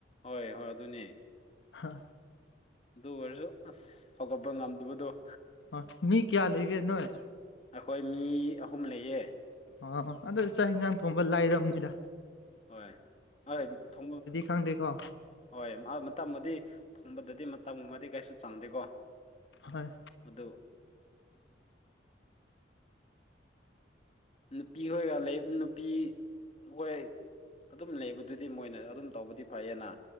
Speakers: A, on the left; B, on the left.
A: ꯍꯣꯏ ꯍꯣꯏ ꯑꯗꯨꯅꯦ
B: ꯍꯥ
A: ꯑꯗꯨ ꯑꯣꯏꯔꯁꯨ ꯑꯁ ꯍꯧꯒꯠꯄ ꯉꯝꯗꯕꯗꯣ <unintelligible>
B: ꯑꯣ ꯃꯤ ꯀꯌꯥ ꯂꯩꯒꯦ ꯅꯣꯏ
A: ꯑꯩꯈꯣꯏ ꯃꯤ ꯑꯍꯨꯝ ꯂꯩꯌꯦ
B: ꯑꯣ ꯑꯗꯨ ꯆꯥꯛ ꯍꯤꯟꯖꯥꯡ ꯊꯣꯡꯕ ꯂꯥꯏꯔꯝꯅꯤꯗ
A: ꯍꯣꯏ ꯍꯣꯏ ꯊꯣꯡꯕ
B: ꯈꯪꯗꯦꯀꯣ
A: ꯍꯣꯏ ꯃ ꯃꯇꯝ ꯕꯨꯗꯤ ꯊꯣꯡꯕꯗꯗꯤ ꯃꯇꯝꯒꯨꯝꯕꯗꯤ ꯀꯩꯁꯨ ꯆꯡꯗꯦꯀꯣ
B: ꯍꯣꯏ
A: ꯑꯗꯨ ꯅꯨꯄꯤ ꯈꯣꯏꯒ ꯂꯩ ꯅꯨꯄꯤ ꯈꯣꯏ ꯑꯗꯨꯝ ꯂꯩꯕꯗꯨꯗꯤ ꯃꯣꯏꯅ ꯑꯗꯨꯝ ꯇꯧꯕꯗꯤ ꯐꯩꯌꯦꯅ